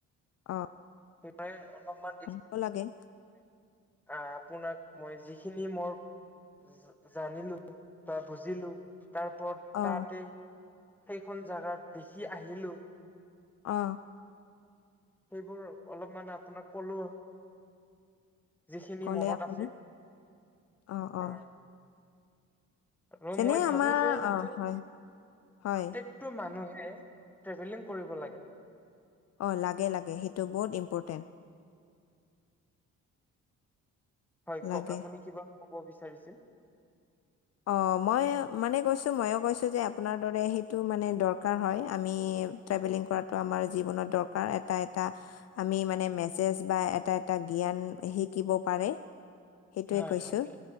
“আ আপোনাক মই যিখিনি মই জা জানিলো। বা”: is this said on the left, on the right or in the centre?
Centre